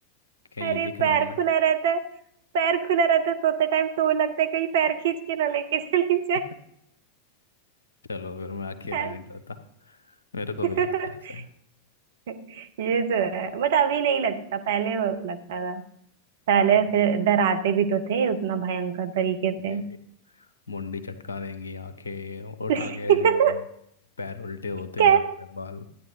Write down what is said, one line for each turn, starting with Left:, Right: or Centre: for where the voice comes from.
Left: कहीं
Right: अरे
Left: दिख ना
Right: पैर
Left: जाए
Right: खुला रहता है पैर खुला रहता है सोते टाइम तो लगता है कहीं पैर खींच के ना लेके चली
Left: <laughs>
Right: जाए
Left: चलो फिर मैं अकेले
Right: यार।
Left: नहीं डरता मेरे को
Right: <laughs>
Left: भी लगता है ऐसे
Right: ये तो है बट अभी नहीं लगता पहले बहुत लगता पहले
Left: हम्म।
Right: फिर डराते भी तो थे उतना भयंकर तरीके
Left: ये
Right: से
Left: भी मुंडी चटका देंगी आंखें उठा
Right: <laughs>
Left: के ले जाएंगी पैर उल्टे होते
Right: क्या
Left: लंबे बाल